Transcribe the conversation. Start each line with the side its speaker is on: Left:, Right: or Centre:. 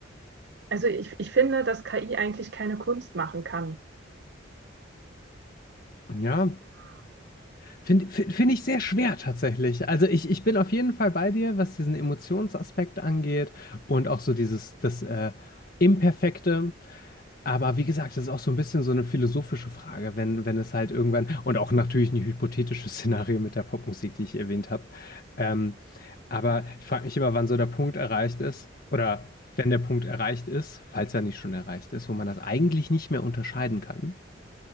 Right: also ich, ich finde, dass KI eigentlich keine Kunst machen kann.
Left: Ja, finde find, finde ich sehr schwer tatsächlich. Also ich, ich bin auf jeden Fall bei dir, was diesen Emotionsaspekt angeht und auch so dieses, das äh, Imperfekte. Aber wie gesagt, das ist auch so ein bisschen so eine philosophische Frage, wenn, wenn es halt irgendwann, und auch natürlich ein hypothetisches <laughs> Szenario mit der Popmusik, die ich erwähnt habe. Ähm, aber ich frage mich immer, wann so der Punkt erreicht ist, oder wenn der Punkt erreicht ist, falls er nicht schon erreicht ist, wo man das eigentlich nicht mehr unterscheiden kann.